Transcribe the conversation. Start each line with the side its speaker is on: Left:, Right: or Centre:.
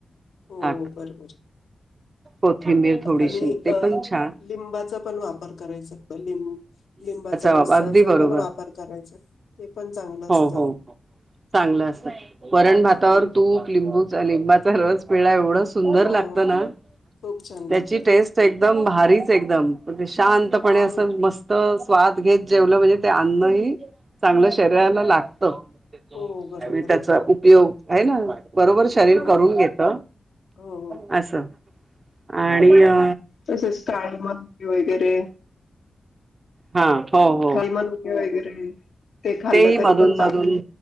Left: हो
Right: ताक
Left: बरोबर
Right: कोथिंबीर थोडीशी
Left: आणि
Right: ते
Left: अ
Right: पण छान
Left: लिंबाचा पण वापर करायचोत लिंब लिंबाचा रसाचा
Right: वापर अगदी बरोबर
Left: पण वापर करायच ते पण चांगलं
Right: हो
Left: असतं
Right: हो चांगलं असतं वरण भातावर
Left: हो
Right: तूप लिंबू लिंबा सर्स पिळा एवढं सुंदर
Left: हो
Right: लागत ना
Left: खूप छान
Right: त्याची
Left: लागतं
Right: टेस्ट एकदम भारीच एकदम शांतपणे
Left: हम्म
Right: असं मस्त स्वाद घेत जेवलं म्हणजे ते अन्नही चांगलं शरीराला लागत. त्यावेळी
Left: हो बरोबर
Right: त्याचा
Left: आहे
Right: उपयोग आहे ना? बरोबर शरीर
Left: हो
Right: करून घेत
Left: हो.
Right: अस आणि अ
Left: तसेच काळे मनुके वगैरे
Right: हा हो.
Left: खाई मनुके वगैरे ते खाल्लं
Right: तेही मधून
Left: तरी पण
Right: मधून
Left: चालत.